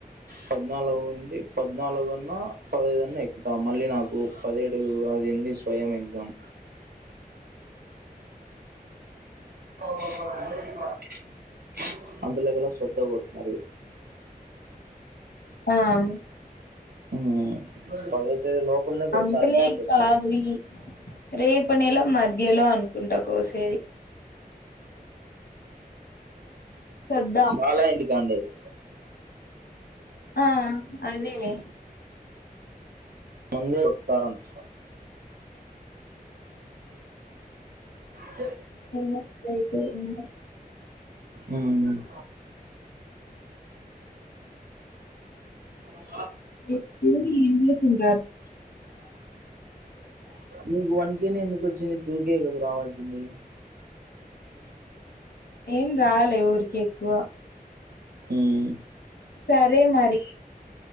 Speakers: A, on the right; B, on the left.
A: పద్నాలుగుఉంది పద్నాలుగున్నా పదైదున్నా ఎక్కుతాం మళ్ళీ నాకు పదిహేడు అదుంది స్వయం ఎగ్జామ్ <inaudible> అందులో కల్లా శ్రద్ధాకొడ్తున్నారు
B: అనం
A: హు పదో తేదీ లోపల్నే వొచ్చారేమో
B: అంతలే
A: శ్రద్దా
B: కాదులే రేపు నెల మధ్యలో అనుకుంట కోసేది కొద్దా
A: వాళ్ళా ఇంటికాండేది
B: ఆ అదేనే
A: ముందే ఉంటారంట <inaudible>
B: ఏమో అయితై ఏమో
A: ఉమ్ <inaudible>
B: ఎ ఎముంది ఏంజేస్తుంది
A: నీకు వన్ కే నే ఎందుకు వచ్చింది టూ కే గా రావాల్సింది
B: ఏం రాలే ఊర్కే కువ
A: ఉమ్
B: సరే మరి